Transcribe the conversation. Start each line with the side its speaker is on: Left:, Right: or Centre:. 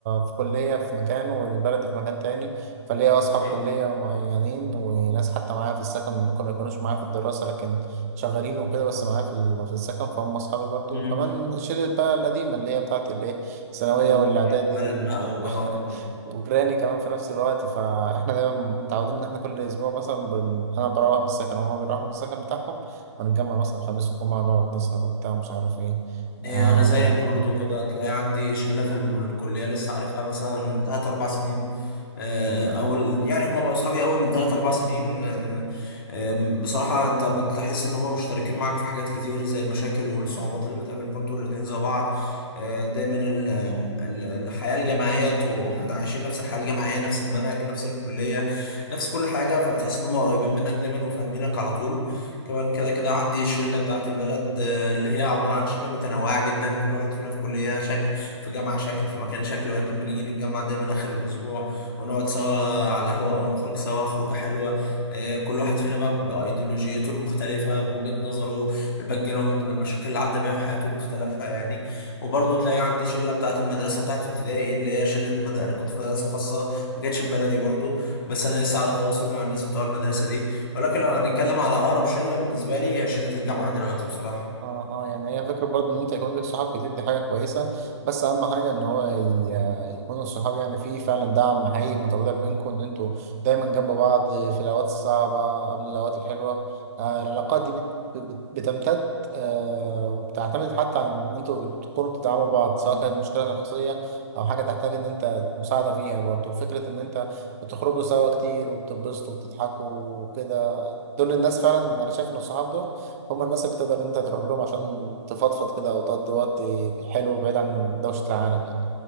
Right: في كليه في مكان وبلدي في مكان تاني فليا اصحاب
Left: كويس
Right: كليه معينين وناس حتى معايا في السكن ممكن ما يكونوش معايا في الدراسه لكن شغالين وكده بس معايا في ال- في السكن فهم اصحابي برضو
Left: مم.
Right: وكمان شله بقى القديمه اللي هي بتاعت الايه الثانويه
Left: البلد
Right: والاعدادي وال...
Left: بقى و- اه
Right: <laughs> وجيراني كمان في نفس الوقت فاحنا دايما متعودين ان احنا كل اسبوع مثلا بن... انا بروح من السكن وهما بيروحوا من السكن بتاعهم ونتجمع مثلا خميس وجمعه نقعد نسهر وبتاع ومش عارف ايه اه
Left: إيه، انا زيك
Right: اه
Left: برضو كده هتلاقي عندي شله في الكليه لسه عارفها مثلا تلات اربع سنين آه، او يعني هما بقوا اصحابي قوي من تلات اربع سنين آه، آم، بصراحه انت بتحس ان هما مشتركين معاك في حاجات كتير زي المشاكل والصعوبات اللي بتقابلكم انتوا الاتنين زي بعض آه، دايما ال- ال- الحياه الجامعيه انتوا عايشين نفس الحياه الجامعيه نفس المنهج نفس الكليه نفس كل حاجه فبتحس ان هما قريبين منك دايما وفاهمينك على طول كمان كده كده عندي الشله بتاعه البلد اللي هي عبارة عن شلة متنوعة جدا كل واحد فينا في كلية شكل في جامعة شكل في مكان شكل ولكن بنيجي نتجمع دايما آخر الأسبوع ونقعد سوا على القهوة أو نخرج سوا خروجة حلوة آه، كل واحد فينا بقى بأيديولوجيته المختلفة بوجهة نظره بالباك جراوند بالمشاكل اللي عدى بيها في حياته باختلافها يعني وبرضه تلاقي عندي شلة بتاعة المدرسة بتاعة ابتدائي اللي هي شلة مد... أنا كنت في مدرسة خاصة ما كانتش في بلدي برضه بس أنا لسه على تواصل مع الناس بتوع المدرسة دي ولكن لو هنتكلم على أقرب شلة بالنسبة لي هي شلة الجامعة دلوقتي بصراحة
Right: اه اه يعني هي فكرة برضه ان انت يكون لك صحاب كتير دي حاجة كويسة بس اهم حاجة ان هو ي- يكون الصحاب يعني فيه فعلا دعم حقيقي متبادل بينكم ان انتوا دايما جنب بعض في الاوقات الصعبة قبل الاوقات الحلوة آه العلاقات دي بت بت بتمتد آه وبتعتمد حتى عن ان انتوا تكونوا بتدعموا بعض سواء
Left: مم.
Right: كانت مشكلة شخصية او حاجة تحتاج ان انت مساعدة فيها برضه فكرة ان انت بتخرجوا سوا كتير وبتتبسطوا وبتضحكوا وكده دول الناس فعلا انا شايف ان الصحاب دول هم الناس اللي تقدر ان انت تروح لهم عشان تفضفض كده او تقضي وقت حلو بعيد عن دوشة العالم يعني